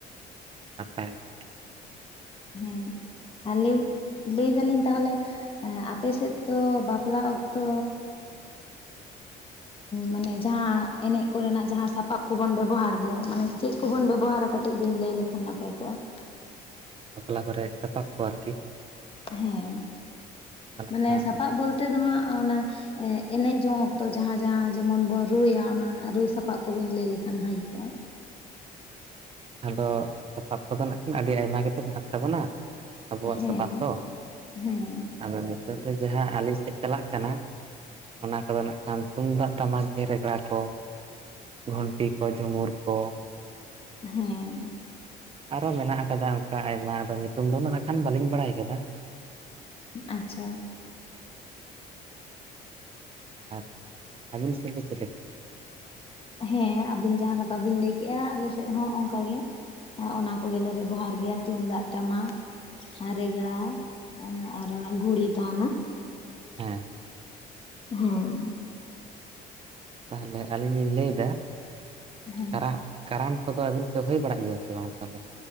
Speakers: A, on the right; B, on the left.
A: ᱱᱟᱯᱟᱭ ᱾
B: ᱦᱮᱸ, ᱟᱞᱮ ᱞᱟᱹᱭ ᱮᱫᱟ ᱞᱤᱧ ᱛᱟᱦᱞᱮ ᱟᱯᱮ ᱥᱮᱫ ᱫᱚ ᱵᱟᱯᱞᱟ ᱚᱠᱛᱚ
A: <unintelligible>
B: ᱢᱟᱱᱮ ᱡᱟᱦᱟᱸ ᱮᱱᱮᱡ ᱠᱚᱨᱮᱱᱟᱜ ᱡᱟᱦᱟᱸ ᱥᱟᱯᱟᱵ ᱠᱚᱵᱚᱱ ᱵᱮᱵᱚᱦᱟᱨ ᱜᱮᱭᱟ ᱢᱟᱱᱮ ᱪᱮᱫ ᱠᱚᱵᱚᱱ ᱵᱮᱵᱚᱦᱟᱨᱟ? ᱠᱟᱹᱴᱤᱡ ᱵᱤᱱ ᱞᱟᱹᱭ ᱞᱮᱠᱷᱟᱱ ᱱᱟᱯᱟᱭ ᱠᱚᱜ-ᱟ ᱾
A: ᱵᱟᱯᱞᱟ ᱠᱚᱨᱮ ᱥᱟᱯᱟᱵ ᱠᱚ ᱟᱨᱠᱤ
B: ᱦᱮᱸ᱾
A: ᱚᱱᱠᱟ ᱱᱟᱜ
B: ᱢᱟᱱᱮ
A: ᱠᱷᱟᱱ
B: ᱥᱟᱯᱟᱵ ᱵᱚᱞᱛᱮ ᱫᱚ ᱦᱟᱸᱜ ᱚᱱᱟ ᱮᱱᱮᱡ ᱡᱚᱝ ᱚᱠᱛᱚ ᱡᱟᱦᱟᱸᱡᱟᱦᱟᱸ ᱡᱮᱢᱚᱱ ᱵᱚᱱ ᱨᱩᱭᱟ, ᱚᱱᱟ ᱨᱩ ᱥᱟᱯᱟᱵ ᱠᱚᱵᱤᱱ ᱞᱟᱹᱭ ᱞᱮᱠᱷᱟᱱ ᱵᱷᱟᱹᱜᱤ ᱠᱚᱜ-ᱟ ᱾
A: ᱟᱫᱚ ᱥᱟᱯᱟᱵ ᱠᱚᱫᱚ ᱱᱟᱜ ᱠᱷᱟᱱ ᱟᱹᱰᱤ ᱟᱭᱢᱟ ᱜᱮᱛᱚ ᱢᱮᱱᱟᱜ ᱛᱟᱵᱚᱱᱟ ᱟᱵᱚᱣᱟᱜ
B: ᱦᱮᱸ
A: ᱥᱟᱯᱟᱵ ᱫᱚ,
B: ᱦᱮᱸ
A: ᱟᱫᱚ ᱱᱤᱛᱳᱜ ᱫᱚ ᱡᱟᱦᱟᱸ ᱟᱞᱮ ᱥᱮᱫ ᱪᱟᱞᱟᱜ ᱠᱟᱱᱟ, ᱚᱱᱟ ᱠᱚᱫᱚ ᱱᱟᱜ ᱠᱷᱟᱱ ᱛᱩᱢᱫᱟᱜ ᱴᱟᱢᱟᱠ ᱜᱮ ᱨᱮᱜᱽᱲᱟ ᱠᱚ, ᱜᱷᱚᱱᱴᱤ ᱠᱚ, ᱡᱷᱩᱢᱩᱨ ᱠᱚ ᱾
B: ᱦᱮᱸ ᱾
A: ᱟᱨᱦᱚ ᱢᱮᱱᱟᱜ ᱟᱠᱟᱫᱟ ᱚᱱᱠᱟ ᱟᱭᱢᱟ, ᱟᱫᱚ ᱧᱩᱛᱩᱢ ᱫᱚ ᱱᱟᱜᱠᱷᱟᱱ ᱵᱟᱹᱞᱤᱧ ᱵᱟᱲᱟᱭ ᱟᱠᱟᱫᱟ ᱾
B: ᱟᱪᱪᱷᱟ ᱾
A: ᱟᱨ ᱟᱹᱵᱤᱱ ᱥᱮᱫ ᱫᱚ ᱪᱮᱫ ᱞᱮᱠᱟ?
B: ᱦᱮᱸ ᱟᱵᱤᱱ ᱡᱟᱦᱟᱸ ᱞᱮᱠᱟ ᱵᱤᱱ ᱞᱟᱹᱭ ᱠᱮᱜ-ᱟ ᱟᱞᱮ ᱥᱮᱫ ᱦᱚᱸ ᱚᱱᱠᱟ ᱜᱮ᱾ ᱚᱱᱟ ᱠᱚᱜᱮ ᱞᱮ ᱵᱮᱵᱚᱦᱟᱨ ᱜᱮᱭᱟ ᱛᱩᱢᱫᱟᱜ, ᱴᱟᱢᱟᱠ, ᱟᱨ ᱨᱮᱜᱽᱲᱟ ᱟᱨ ᱚᱱᱟ ᱜᱷᱩᱲᱤ ᱛᱟᱦᱮᱱᱟ ᱿
A: ᱦᱮᱸ ᱾
B: ᱦᱮᱸ ᱾
A: ᱛᱟᱦᱚᱞᱮ ᱟᱹᱞᱤᱧ ᱞᱤᱧ ᱞᱟᱹᱭ ᱮᱫᱟ
B: ᱦᱮᱸ
A: ᱠᱟᱨᱢ, ᱠᱟᱨᱟᱢ ᱠᱚᱫᱚ ᱟᱹᱵᱤᱱ ᱦᱩᱭ ᱵᱟᱲᱟᱜ ᱜᱮᱭᱟ ᱥᱮ ᱵᱟᱝ ᱛᱟᱦᱚᱞᱮ?